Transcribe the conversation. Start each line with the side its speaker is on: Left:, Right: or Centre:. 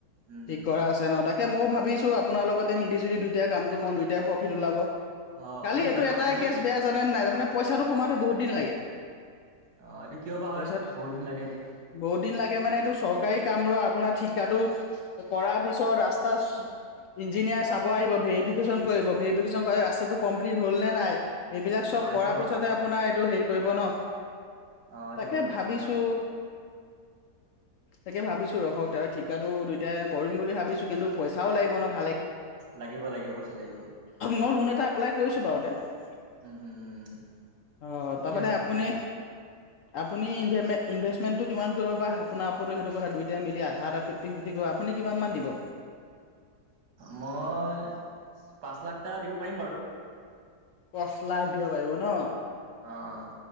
Right: উম
Left: ঠিক
Right: উম
Left: কৰা আছে নহয়, তাকেই মইও ভাবিছো আপ আপোনাৰ লগতে মিলিজুলি দুয়োটাই কামটো কৰো, দুয়োটা প্ৰফিট উলাব।
Right: অ
Left: কালি
Right: পাৰি
Left: এইটো,
Right: পাৰি পাৰ্টনাৰশ্বিপত
Left: এটাই কেছ বেয়া জানে নাই, তাৰমানে পইচাটো সোমাওঁতে বহুত দিন লাগে।
Right: অ এইটো কিয় বা
Left: পইচা
Right: হয় বহুত দিন লাগে এতিয়া
Left: বহুত দিন লাগে মানে এইটো চৰকাৰ সকাম ৰ আপোনাৰ ঠিকাটো কৰাৰ পিছত ৰাস্তা ইঞ্জিনিয়াৰ চাব আহিব, ভেৰিফিকেশ্যন কৰিব ভেৰিফিকেশন ৰাস্তাটো কমপ্লিট হ'ল নে নাই, এইবিলাক চব
Right: অ সেইটো
Left: কৰাৰ
Right: অ
Left: পিছতহে আপোনাৰ এইটো হেৰি কৰিব ন?
Right: অ সেইটো
Left: তাকে
Right: গম
Left: ভাবিছো।
Right: গম পাইছো
Left: তাকে ভাবিছো ৰখক তাৰ ঠিকাাতো দুইটাই কৰিম বুলি ভাবিছো কিন্তু পইচাও লাগিব ন ভালে
Right: লাগিব লাগিব পইচা লাগিব।
Left: মই লোন এটা এপ্লাই কৰিছো বাৰু এতিয়া
Right: উম উম উম
Left: অ
Right: ঠিকে
Left: তাৰপান
Right: আছে
Left: আপুনি
Right: ঠিকে আছে
Left: আপুনি ইভে ইনভেষ্টমেণ্টটো কিমান কৰিব বা আপোনাৰ আপো সটোথা দুইট মিল আধা আধা ফিফটি ফিফটি কৰিব আুনি কিমান দিব
Right: মই পাঁচ লাখ দিব পাৰিম বাৰু
Left: পাঁচ লাখ দিব পাৰিব ন
Right: অঁ অঁ